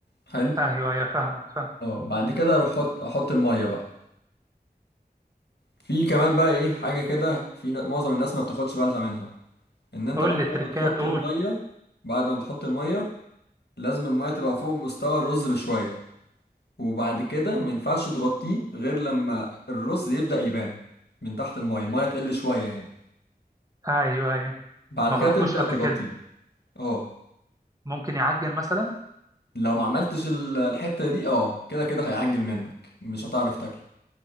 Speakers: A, on the left (about 85°); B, on the right (about 20°).
A: حلو
B: ايوه ايوه فاهمك فاهم
A: اه بعد كده أروح أحط أحط المية بقى في كمان بقى إيه حاجة كده في ن- معظم الناس ما بتاخدش بالها منها إن أنت
B: قول
A: بعد
B: لي التركات
A: ما بتحط
B: قول
A: المية بعد ما بتحط المية لازم المية تبقى فوق مستوى الرز بشوية وبعد كده ما ينفعش تغطيه غير لما الرز يبدأ يبان من تحت المايه المايه تقل شوية يعني
B: ايوه ايوه
A: بعد
B: ما
A: كده
B: غطوش
A: تبدأ
B: قبل
A: تغطيه
B: كده
A: اه
B: ممكن يعجن مثلا
A: لو ما عملتش ال- الحتة دي اه كده كده هيعجن منك مش هتعرف تاكله